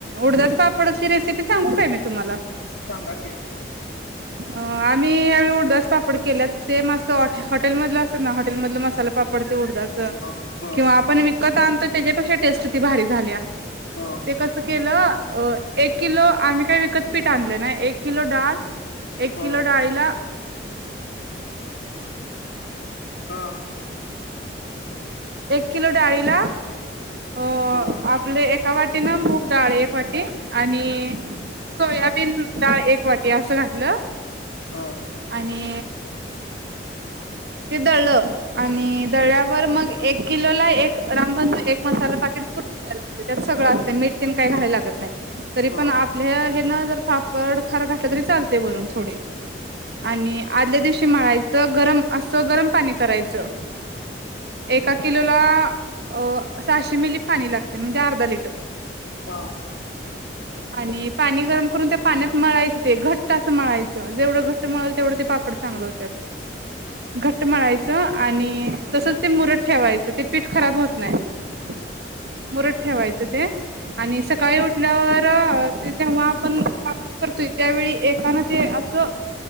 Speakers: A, on the right (about 60°); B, on the left (about 85°).
A: उड पापडची रेसिपी सांगू काय मी तुम्हाला?
B: सांगा कि
A: अमही ह्यावेळी उरदास पा् के सेम टे हॉटेलध असत ना हॉटेलधल मसाला पापड उडच
B: ह ह
A: किंवा आपण विकत आणतो. त्यांच्यापेक्षा टेस्ट ती भारी झाली.
B: ह
A: ते कसं केलं एक किलो आम्ही काही विकत पीठ आणलं नाही. एक किलो डाळ. एक
B: ह
A: किलो डाळीला
B: हा.
A: एक किलो डाळीला अ
B: ह
A: आपले एका वाटी ना मूग डाळ एक वाटी आणि सोयाबीन डाळ एक वाटी असं घातलं.
B: ह ह
A: आणि
B: <unintelligible>
A: ते दळ आणि दळ्यावर मग एक किलो ला एक. रामबान एक मसाला पाकेट पूर्ण घायला लागते त्यात सगळं असते मीठ तेन काही घाय लागत नाही तरी
B: ह ह ह ह ह ह ह
A: पण आपल्या हे ना जर पापड खार घातला तरी चालते वरून थोडे आणि आदल्या दिवशी मळायचं गरम असं गरम पाणी करायचं. एका किलो त्याला सहाशे मिली पाणी लागते म्हणजे अर्धा लिटर
B: हा.
A: आणि पाणी गरम करून त्या पाण्यात मळायचं. ते घट्ट असं मळायचं जेवढं घट्ट मळाल तेवढं ते पापड चांगलं होत. मळायचं आणि तसच ते मुरत ठेवायच. ते पीठ खराब होत नाही मुरत ठेवायचं ते आणि सकाळी उठल्यावर ते तेव्हा आपण वापर करतोय त्यावेळी एकानं ते असं,